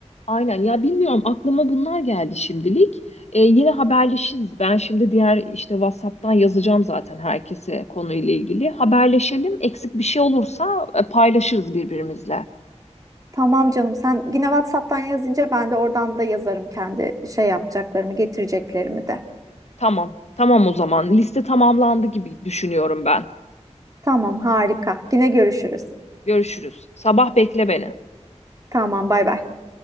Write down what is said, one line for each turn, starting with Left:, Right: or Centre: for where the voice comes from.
Left: Aynen ya bilmiyorum aklıma bunlar geldi şimdilik. E, yine haberleşiriz. Ben şimdi diğer işte WhatsApp'tan yazacağım zaten herkese konuyla ilgili. Haberleşelim. Eksik bir şey olursa e, paylaşırız birbirimizle.
Right: Tamam canım. Sen yine WhatsApp'tan yazınca ben de oradan da yazarım kendi şey yapacaklarımı, getireceklerimi de.
Left: Tamam. Tamam o zaman. Liste tamamlandı gibi düşünüyorum ben.
Right: Tamam, harika. Yine görüşürüz.
Left: Görüşürüz. Sabah bekle beni.
Right: Tamam, bay bay.